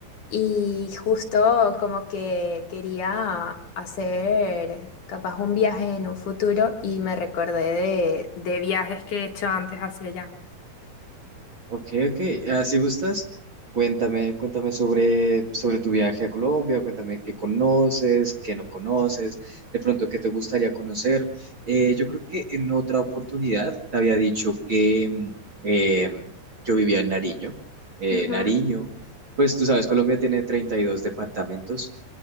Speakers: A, on the left; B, on the right.
A: y justo como que quería hacer capaz un viaje en un futuro y me recordé de, de viajes que he hecho antes hacia allá.
B: Ok, ok. Ah, si gustas, cuéntame, cuéntame sobre, sobre tu viaje a Colombia, cuéntame qué conoces, qué no conoces, de pronto qué te gustaría conocer. Eh, yo creo que en otra oportunidad te había dicho que mm, eh, yo vivía en Nariño. Eh,
A: Ujú.
B: Nariño, pues tú sabes, Colombia tiene 32 departamentos